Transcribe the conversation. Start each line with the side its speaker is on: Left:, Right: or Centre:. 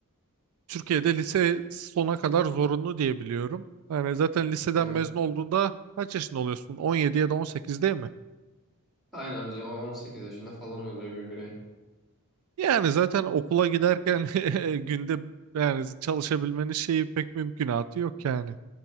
Right: Türkiye'de lise sona kadar zorunlu diye biliyorum. Yani zaten liseden
Centre: Evet.
Right: mezun olduğunda kaç yaşında oluyorsun? 17 ya da 18 değil mi?
Centre: Aynen 18 yaşında falan oluyor bir birey.
Right: Yani zaten okula giderken <laughs> günde yani çalışabilmenin şeyi pek mümkünatı yok yani.